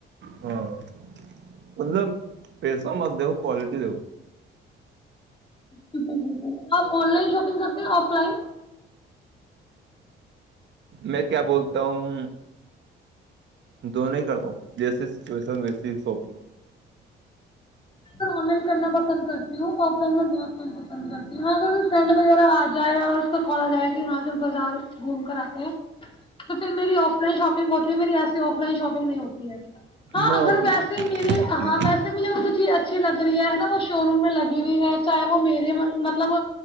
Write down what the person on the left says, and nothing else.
بالکل بالکل آپ آن لائن شاپنگ کرتے آف لائن
ا آن لائن کرنا پسند کرتی ہوں آف لائن میں بہت م پسند کرتی ہوں اگر فرینڈ وغیرہ آ جائے اور اس کو کالا جائے کہ ہاچل بازار گھوم کر آتے ہیں تو پھر میری آف لائن شاپنگ ہوتی ہے میری ایسی آف لائن شاپنگ نہیں ہوتی ہے ہاں
اگر ویسے میرے
ہاں ویسے چیز اچھی لگ رہی ہے نا وہ شو روم میں لگی ہوئی ہے چاہے وہ مے مطلب